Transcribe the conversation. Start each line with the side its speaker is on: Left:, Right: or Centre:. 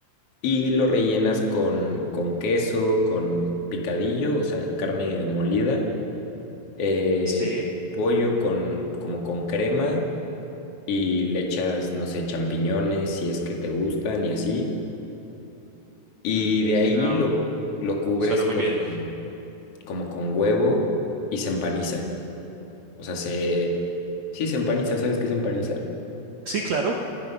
Left: Y lo rellenas con, con queso, con picadillo, o sea, carne molida, eh,
Right: Sí.
Left: pollo con, como con crema y le echas, no sé, champiñones si es que te gustan y así. Y
Right: mm,
Left: de
Right: suena,
Left: ahí lo, lo cubres
Right: suena muy
Left: con...
Right: bien.
Left: como con huevo y se empaniza. O sea, se... Sí, se empaniza, ¿sabes qué es empanizar?
Right: Sí, claro.